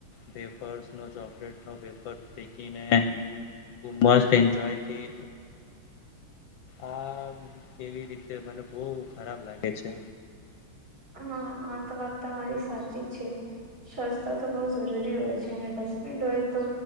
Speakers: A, on the left (about 70°); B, on the right (about 45°).
A: પેપર્સ. ચોકલેટ ન પેપર ફેકીને મસ્ત એન્જોયથી. આ કેવી રીતે મને બહ ખરાબ લાગે છે.
B: હા આ તો વાત અરી સાચી છે. સ્વસ્તા તો બહ જરૂરી હોય છે અને ડસ્ટબિન હોય તો.